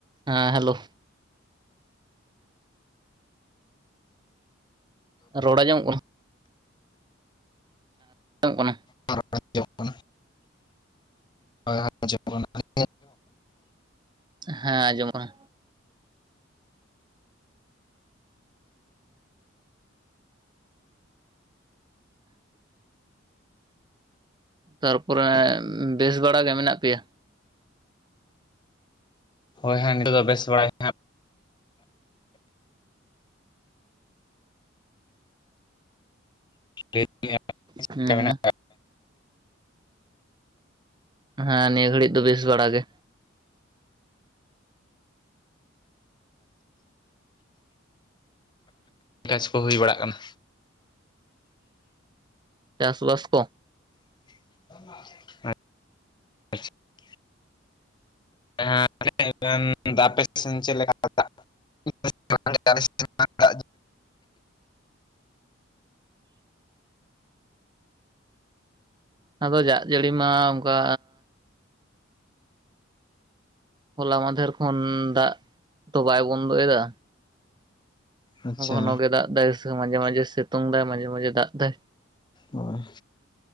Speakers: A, on the right; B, on the left.
A: ᱦᱮᱸ ᱦᱮᱞᱳ, ᱨᱚᱲ ᱟᱸᱡᱚᱢᱚᱜ ᱠᱟᱱᱟ? ᱟᱸᱡᱚᱢᱚᱜ ᱠᱟᱱᱟ᱾
B: <inaudible> ᱠᱟᱱᱟ ᱦᱚᱭ <unintelligible> ᱦᱮᱸ
A: ᱦᱮᱸ ᱟᱸᱡᱚᱢᱚᱜ ᱠᱟᱱᱟ᱾ ᱛᱟᱨᱯᱚᱨᱮ ᱵᱮᱥ ᱵᱟᱲᱟ ᱜᱮ ᱢᱮᱱᱟᱜ ᱯᱮᱭᱟ?
B: ᱦᱳᱭ ᱦᱟᱸᱜ ᱱᱤᱛ ᱫᱚ ᱵᱮᱥ ᱵᱟᱲᱟᱜᱮ᱾ <unintelligible> ᱪᱮᱫᱠᱟ
A: ᱦᱮᱸ᱾
B: ᱢᱮᱱᱟᱜ
A: ᱦᱮᱸ ᱱᱤᱭᱟᱹ ᱜᱷᱟᱹᱲᱤᱡ ᱫᱚ ᱵᱮᱥ ᱵᱟᱲᱟ ᱜᱮ᱾
B: ᱪᱟᱥ ᱠᱚ ᱦᱩᱭ ᱵᱟᱲᱟᱜ ᱠᱟᱱᱟ᱾
A: ᱪᱟᱥ ᱵᱟᱥ ᱠᱚ?
B: <unintelligible> ᱦᱮᱸ <unintelligible> ᱫᱟᱜ ᱟᱯᱮ ᱥᱮᱱ ᱪᱮᱫ ᱞᱮᱠᱟ ᱫᱟᱜ? <unintelligible> ᱫᱟᱜ
A: ᱟᱫᱚ ᱡᱟᱜ ᱡᱟᱹᱲᱤ ᱢᱟ ᱚᱱᱠᱟ ᱦᱚᱞᱟ ᱢᱟᱫᱷᱮᱨ ᱠᱷᱚᱱ ᱫᱟᱜ ᱛᱚ ᱵᱟᱭ ᱵᱚᱱᱫᱚᱭ ᱫᱟ,
B: ᱟᱪᱪᱷᱟ
A: ᱜᱷᱚᱱᱚᱜ ᱜᱮ ᱫᱟᱜ ᱫᱟᱭ ᱢᱟᱡᱷᱮ ᱢᱟᱡᱷᱮ ᱥᱤᱛᱩᱝ ᱮᱫᱟᱭ ᱢᱟᱡᱷᱮ ᱢᱟᱡᱷᱮ ᱫᱟᱜ ᱫᱟᱭ᱾
B: ᱦᱳᱭ᱾